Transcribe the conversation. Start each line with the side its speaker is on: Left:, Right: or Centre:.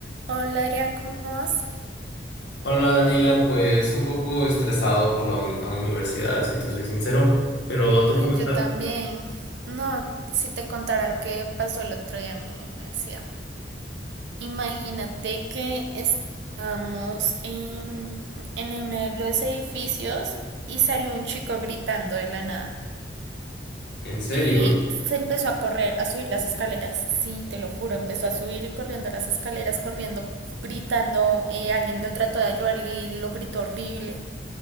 Right: Hola Adrián, ¿cómo vas?
Left: Hola Daniela, pues un poco estresado por la un- la universidad, si te soy sincero, pero ¿tú
Right: Ay,
Left: cómo
Right: yo
Left: estás?
Right: también. No, si te contara lo que pasó el otro día en mi universidad. Imagínate que estábamos en, en uno de los edificios y salió un chico gritando de la nada.
Left: ¿En serio?
Right: Y se empezó a correr, a subir las escaleras. Sí, te lo juro, empezó a subir y corriendo las escaleras, corriendo, gritando. eh, alguien lo trató de ayudar y lo gritó horrible.